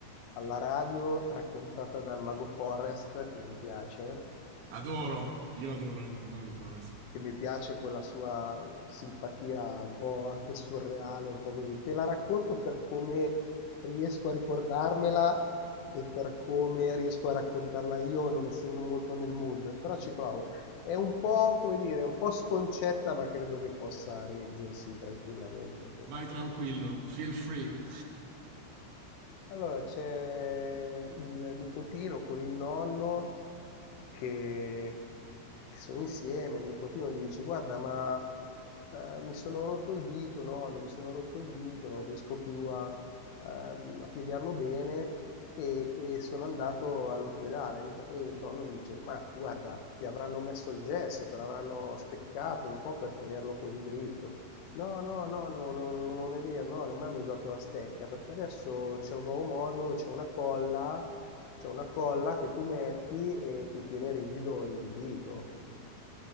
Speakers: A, on the left; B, on the right.
A: alla radio raccontata dal Mago Forrest, che mi piace.
B: Adoro. Io adoro il Mago Forest.
A: che mi piace quella sua simpatia un po' anche surreale, un po' così. Te la racconto per come riesco a ricordarmela e per come riesco a raccontarla io, non essendo molto nel mood, però ci provo. È un po', come dire, un po' sconcetta, ma credo che possa reggersi tranquillamente.
B: Vai tranquillo, feel free.
A: Allora, c'è il nipotino con il nonno che che sono insieme, il nipotino gli dice: Guarda, ma eh, mi sono rotto il dito, nonno, mi sono rotto il dito, non riesco più a, ehm, a piegarlo bene. E, e sono andato all'ospedale E fa- e il nonno dice: Ma guarda, ti avranno messo il gesso, te l'avranno steccato un po' per tenerlo così dritto. No, no, no, no, no, no, non è vero, no, non mi hanno usato la stecca perché adesso c'è un nuovo modo, c'è una colla c'è una colla che tu metti e ti tiene rigido il dito